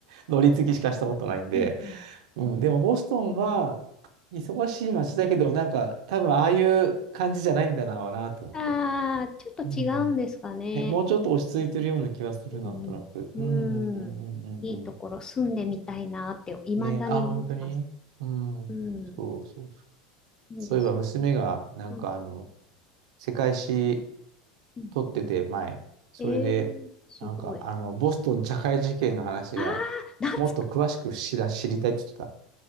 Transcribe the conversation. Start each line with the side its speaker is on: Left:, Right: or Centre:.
Right: 乗り継ぎしかしたことないんで、
Left: うんうん。
Right: うん、でもボストンは忙しい街だけど、なんか多分ああいう感じじゃないんだな、なと思って。
Left: ああ、ちょっと違うんですかね。
Right: うん。ね、もうちょっと落ち着いてるような気がする、
Left: うんうん。
Right: なんとなく。うんうんうんうんうんうん。
Left: うん。いいところ住んでみたいなって、未だに思ってます。
Right: ね、あ、本当にうん。
Left: うん。
Right: そうそうそう。
Left: いいです。
Right: そういえば娘が、なんかあの、
Left: うん。
Right: 世界史
Left: うん、
Right: 撮ってて、前。それで、
Left: えー、すごい。
Right: なんか、あの、ボストン茶会事件の話が、
Left: ああ、懐か、
Right: もっと詳しく知ら、知りたいって言ってた。